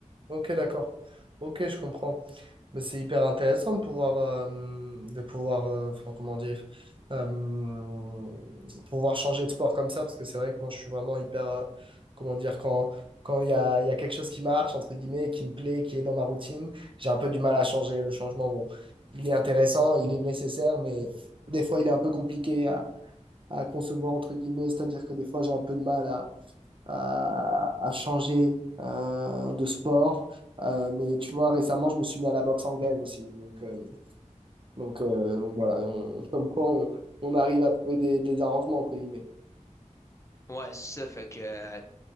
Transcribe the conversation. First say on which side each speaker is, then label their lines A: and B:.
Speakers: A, on the right; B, on the left.
A: ok, d'accord. Ok, je comprends. Mais c'est hyper intéressant de pouvoir, euh, de pouvoir, euh, enfin, comment dire, euh, pouvoir changer de sport comme ça, parce que c'est vrai que moi, je suis vraiment hyper, euh, comment dire, quand, quand il y a, il y a quelque chose qui marche, entre guillemets, et qui me plaît, qui est dans ma routine, j'ai un peu du mal à changer. Le changement, bon, il est intéressant, il est nécessaire, mais des fois, il est un peu compliqué à, à concevoir, entre guillemets, c'est-à-dire que des fois, j'ai un peu de mal à à, à changer euh, de sport. Euh, mais tu vois, récemment, je me suis mis à la boxe anglaise aussi. Donc, euh, donc, euh, donc voilà, on, <laughs> comme quoi on, on arrive à trouver des, des arrangements, entre guillemets.
B: Ouais, c'est ça, fait que euh,